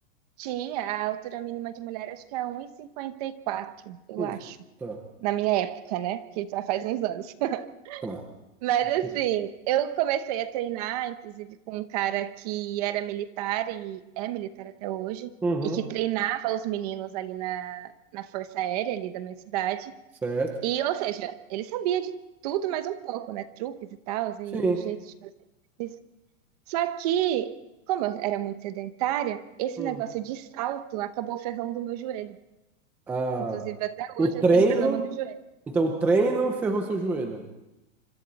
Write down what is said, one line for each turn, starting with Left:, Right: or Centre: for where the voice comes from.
Right: Tinha, a altura mínima de mulher acho que é 1,54, eu
Centre: Hum,
Right: acho.
Centre: tá,
Right: Na minha época, né? Que já faz uns anos. <laughs>
Centre: tá.
Right: Mas
Centre: Ok.
Right: assim, eu comecei a treinar, inclusive, com um cara que era militar e é militar até hoje,
Centre: Uhum,
Right: e que treinava os meninos ali na, na Força Aérea, ali da minha cidade.
Centre: certo.
Right: E, ou seja, ele sabia de tudo mais um pouco, né? Truques e tal, e
Centre: Sim.
Right: jeitos de fazer exercício. Só que, como eu era muito sedentária, esse
Centre: Hum.
Right: negócio de salto acabou ferrando o meu joelho.
Centre: Ah,
Right: Inclusive, até hoje
Centre: o treino.
Right: eu tenho problema no joelho.
Centre: Então, o treino ferrou seu joelho.